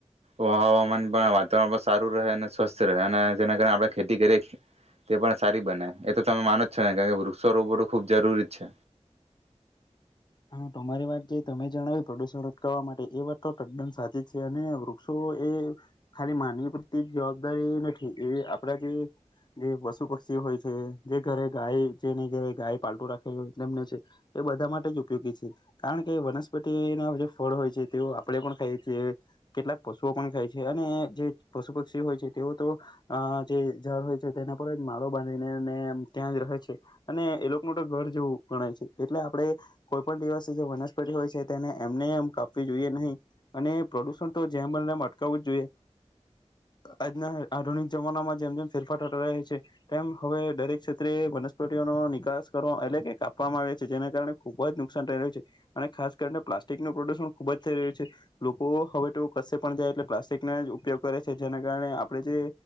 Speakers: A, on the right (about 65°); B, on the left (about 40°).
A: હવામાન પણ, વાતાવરણ સાત રહે અને સ્વસ્થ રહે, અને જેના કારણે આપણે ખેતી કરે તે પણ સારી બને. એ તો તમે માનો જ છો ને, કારણ કે વૃક્ષ રોપવુ તો ખૂબ જરૂરી જ છે.
B: હા, તમારી વાત જે તમે જણાવ્યું પ્રદૂષણ અટકાવવા માટે, એ વાત તો તદ્દન સાચી જ છે. અને વૃક્ષો એ ખાલી માનવી પૂરતી જવાબદારી નથી, એ આપડા જે જે પશુ-પક્ષી હોય છે, જે ઘરે ગાય, જેને ઘરે ગાય પાળતું રાખે હોય, તેમને છે, એ બધા માટે જ ઉપ યોગી છે. કારણ કે વનસ્પતિના જે ફળ હોય છે તેઓ આપણે પણ ખાઈએ છીએ, કેટલાક પશુઓ પણ ખાય છે, અને જે પશુ-પક્ષી હોય છે તેઓ તો આ જે ઝાડ હોય છે તેના પર જ માળો બાંધીને ને એમ ત્યાં જ રહે છે, અને એ લોકનું તો ઘર જેવું ગણાય છે. એટલે આપણે કોઈ પણ દિવસે જે વનસ્પતિ હોય છે તેને એમને એમ કાપવી જોઈએ નહીં. અને પ્રદૂષણ તો જેમ બને તેમ અટકાવવું જ જોઈએ. આજના આધુનિક જમાનામાં જેમ જેમ ફેરફાર ઠતો રહે છે, તેમ હવે દરેક ક્ષેત્રે વનસ્પતિઓનો નિકાસ કરવા, એટલે કે કાપવામાં આવે છે. જેના કારણે ખૂબ જ નુકસાન થઈ રહ્યું છે. અને ખાસ કરીને પ્લાસ્ટિકનું પ્રદૂષણ ખૂબ જ થઈ રહ્યું છે. લોકો હવે તો કશે પણ જાય એટલે પ્લાસ્ટિકના જ ઉપયોગ કરે છે, જેના કારણે આપણે જે,